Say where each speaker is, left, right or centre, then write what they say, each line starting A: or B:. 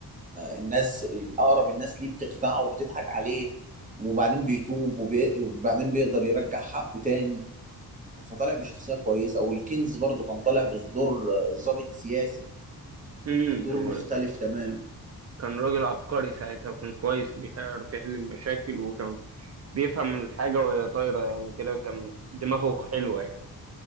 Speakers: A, on the right; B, on the right.
A: الناس اقرب الناس ليه بتخدعه وبتضحك عليه وبعدين بيتوب وبي- وبعدين بيقدر يرجع حقه تاني فطالع بشخصية كويسة والكنز برضو كان طالع بدور آه، ضابط سياسي
B: امم
A: دور
B: وكان
A: مختلف تماما
B: راجل عبقري ساعتها وكان كويس وبيعرف يحل المشاكل وكان بيفهم الحاجة وهي طايرة يعني كده كان دماغه حلوة يعني